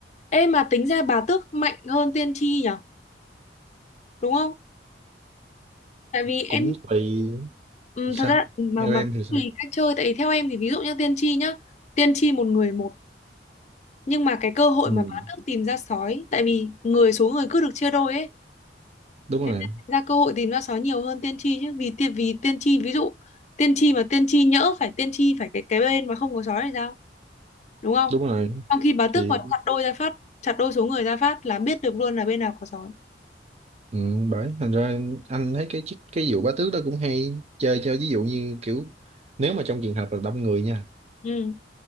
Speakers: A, on the left; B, on the right.
A: Ê mà tính ra bà tước mạnh hơn tiên tri nhở đúng không tại vì em
B: cũng tùy
A: Ừ,
B: sao
A: thật ra mà
B: theo
A: mà
B: em
A: cũng
B: thì sao
A: tùy cách chơi tại vì theo em thì ví dụ như tiên tri nhá tiên tri một người một nhưng mà cái cơ hội
B: ừ,
A: mà bá tước tìm ra sói tại vì người số người cứ được chia đôi ấy
B: đúng
A: thế
B: rồi
A: nên ra cơ hội tìm ra sói nhiều hơn tiên tri chứ vì tiên vì tiên tri ví dụ tiên tri mà tiên tri nhỡ phải tiên tri phải cái cái bên mà không có sói thì sao đúng không
B: đúng rồi
A: trong khi bá tước
B: thì
A: mà chặt đôi ra phát chặt đôi số người ra phát là biết được luôn là bên nào có sói
B: Ừ, bởi thành ra anh thấy cái chiếc- cái vụ bá tước đó cũng hay chơi cho ví dụ như kiểu nếu mà trong trường hợp là đông người nha
A: ừ